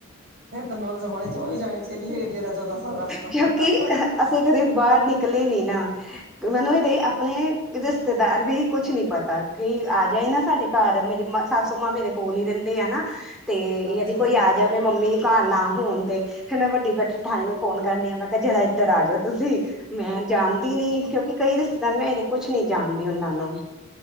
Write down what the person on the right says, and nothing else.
ਫੇਰ ਤਾਂ ਨੌਲਜ ਹੋਣੀ <unintelligible> ਚਾਹੀਦੀ ਹੈਗੀ। ਤੇਰਾਂ ਚੌਦਾਂ ਸਾਲਾਂ ਚ ਤਾਂ
ਅੱਛਾ
ਜੀ।
ਹੂੰ,